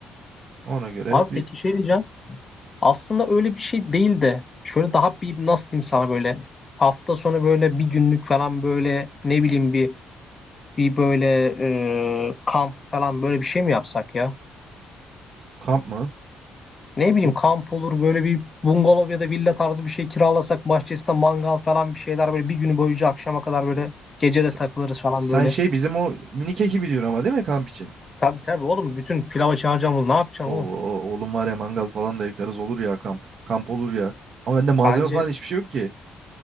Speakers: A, on the right (about 55°); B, on the left (about 25°).
A: Ona göre
B: Abi
A: bir
B: peki şey diyeceğim. Aslında öyle bir şey değil de şöyle daha bir nasıl diyeyim sana böyle hafta sonu böyle bir günlük falan böyle ne bileyim bir bir böyle e, kamp falan böyle bir şey mi yapsak ya?
A: kamp mı?
B: Ne bileyim
A: O,
B: kamp olur böyle bir bungalov ya da villa tarzı bir şey kiralasak bahçesinde mangal falan bir şeyler böyle bir günü boyunca akşama kadar böyle gece
A: sen
B: de takılırız falan
A: sen
B: böyle.
A: şey bizim o minik ekibi diyorsun ama değil mi kamp için?
B: Tabii tabii oğlum bütün pilava çağıracağım onu ne yapacaksın
A: Oo,
B: oğlum?
A: oğlum var ya mangal falan da yakarız olur ya kamp. Kamp olur ya. Ama bende malzeme
B: Bence
A: falan hiçbir şey yok ki.